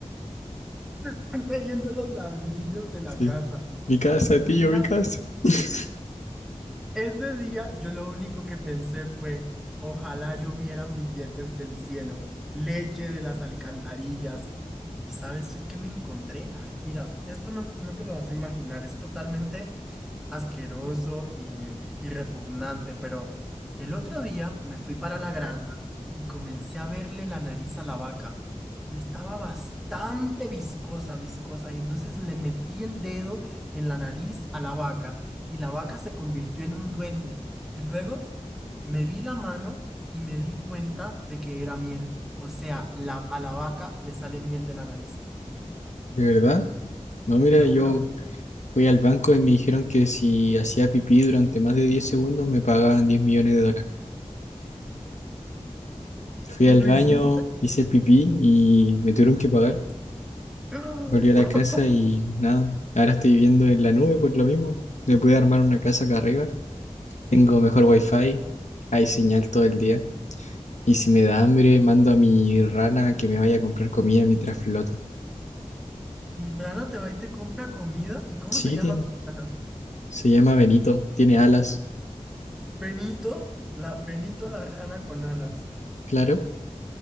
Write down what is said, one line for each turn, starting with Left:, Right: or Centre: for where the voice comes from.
Centre: Se están cayendo los ladrillos de la
Left: Sí.
Centre: casa.
Left: Mi casa,
Centre: Pues
Left: tío,
Centre: mira,
Left: mi casa. <laughs>
Centre: Ese día yo lo único que pensé fue, ojalá llovieran billetes del cielo, leche de las alcantarillas. ¿Y sabes qué me encontré? Mira, esto no, no te lo vas a imaginar, es totalmente asqueroso y, y repugnante, pero el otro día me fui para la granja y comencé a verle la nariz a la vaca y estaba bastante viscosa, viscosa, y entonces le metí el dedo en la nariz a la vaca y la vaca se convirtió en un duende y luego me vi la mano y me di cuenta de que era miel, o sea, la, a la vaca le sale miel de la nariz,
Left: ¿De verdad? No, mira,
Centre: te lo
Left: yo
Centre: juro.
Left: fui al banco y me dijeron que si hacía pipí durante más de 10 segundos me pagaban 10 millones de dólares. Fui
Centre: Y
Left: al
Centre: Luisito.
Left: baño, hice el pipí y me tuvieron que pagar.
Centre: <gasps>
Left: Volví a la casa y nada, ahora estoy viviendo en la nube por lo mismo. Me pude armar una casa acá arriba. Tengo mejor wifi, hay señal todo el día. Y si me da hambre, mando a mi rana que me vaya a comprar comida mientras flota.
Centre: Mi rana te va y te compra comida. ¿Y cómo
Left: Sí,
Centre: se llama
Left: tiene.
Centre: tu rana?
Left: Se llama Benito, tiene alas,
Centre: Benito, la Benito la rana con alas.
Left: claro.